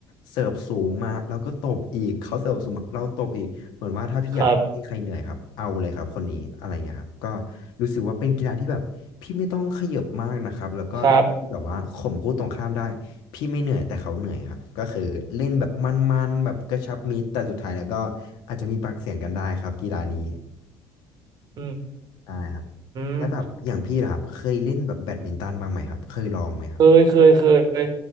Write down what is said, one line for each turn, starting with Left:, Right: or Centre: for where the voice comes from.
Left: เสิร์ฟสูงมาแล้วก็ตบอีกเขาเสิร์ฟสูงมาเราตบอีกเหมือนว่าถ้าพี่อยากให้ใครเหนื่อยครับเอาเลยครับคนนี้อะไรเงี้ยครับก็
Right: ครับ
Left: รู้สึกว่าเป็นกีฬาที่แบบพี่ไม่ต้องขยับมากนะครับแล้วก็ทำให้แบบว่าข่มคู่ตรงข้ามได้
Right: ครับ
Left: พี่ไม่เหนื่อยแต่เขาเหนื่อยครับก็คือเล่นแบบมันๆแบบกระชับมิตรแต่สุดท้ายแล้วก็อาจจะมีปากเสียงกันได้ครับกีฬานี้
Right: อื
Left: ใช่ครับแล้วแบบอย่างพี่ล่ะครับเคยเล่นแบบแบดมินตันบ้างไหมครับเคยลองไหมครับ
Right: มเคยเคยเคย